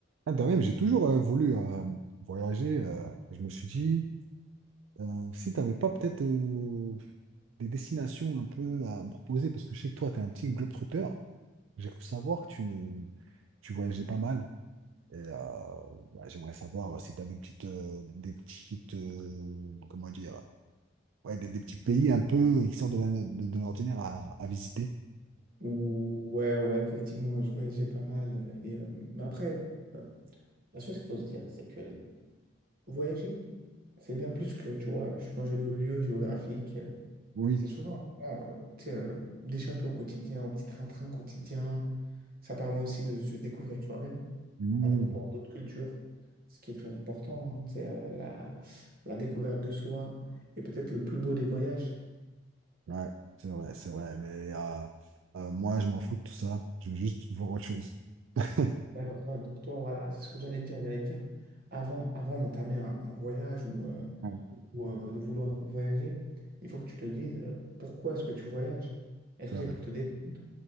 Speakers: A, on the right; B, on the right.
A: Ah, de même, j'ai toujours euh, voulu euh, voyager. euh, je me suis dit, euh, si tu n'avais pas peut-être euh, des destinations un peu à me proposer, parce que je sais que toi, tu es un petit globetrotter, j'ai cru savoir que tu, tu voyageais pas mal. Et euh, bah, j'aimerais savoir si tu as des petites, euh, des petites euh, comment dire, ouais, des, des petits pays un peu qui sortent de la- de- de l'ordinaire à, à visiter.
B: Ouais, ouais, effectivement, je voyageais pas mal. Et, euh, mais après, euh, la chose qu'il faut se dire, c'est que voyager, c'est bien plus que, tu vois, changer de lieu géographique. euh,
A: Oui.
B: c'est souvent, vraiment, euh, tu sais, euh, d'échapper au quotidien, au petit train-train quotidien. Ça permet aussi de se découvrir soi-même
A: Mmh.
B: en découvrant d'autres cultures, ce qui est très important, hein, tu sais, euh, la, la découverte de soi. Et peut-être le plus beau des voyages,
A: Ouais, c'est vrai, c'est vrai. Mais euh, euh, moi, je m'en fous de tout ça. Je veux juste voir autre chose. <laughs>
B: D'accord. Ouais, donc toi, voilà, c'est ce que j'allais te dire. J'allais te dire, avant, avant d'entamer un, un voyage ou, euh,
A: Ouais,
B: ou, euh, de vouloir voyager, il faut que tu te dises euh, pourquoi est-ce que tu voyages? Est-ce
A: c'est
B: que
A: vrai.
B: c'est pour te détendre,